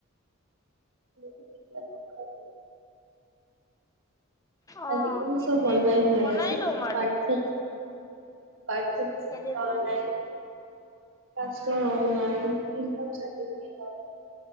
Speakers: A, on the right; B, on the left.
A: <unintelligible>
B: অ
A: আজিকালি
B: সেইটোৱে
A: চব অনলাইন হৈ
B: বনাই
A: আছে হোৱাটছআপ
B: লম আৰু
A: বাৰ্থ চাৰ্টিফিকেট
B: কেইদিনমান
A: কম নাই। কাষ্টৰ অনলাইন, ইনকাম চাৰ্টিফিকেট হয়ক।